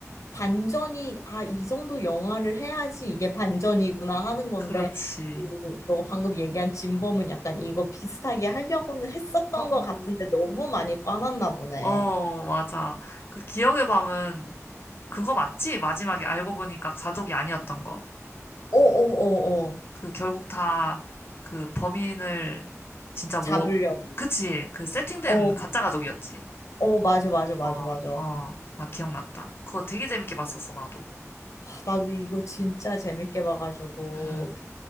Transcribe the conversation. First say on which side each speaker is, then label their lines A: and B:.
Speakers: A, on the left; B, on the left.
A: 반전이 아, 이 정도 영화를 해야지 이게 반전이구나 하는 건데
B: 그렇지.
A: 그, 너 방금 얘기한 진범은 약간 이거 비슷하게 하려고는 했었던
B: 어,
A: 것 같은데 너무 많이 꽈놨나 보네.
B: 어, 맞아. 그 기억의 밤은 그거 맞지? 마지막에 알고 보니까 가족이 아니었던 거.
A: 어어어어
B: 그 결국 다 그 범인을 진짜 뭐,
A: 잡으려고
B: 그치. 그 세팅된
A: 어
B: 가짜 가족이었지.
A: 어 맞아 맞아 맞아
B: 어,
A: 맞아
B: 어, 나 기억났다. 그거 되게 재밌게 봤었어, 나도.
A: 아, 나도 이거 진짜 재밌게 봐가지고
B: 음,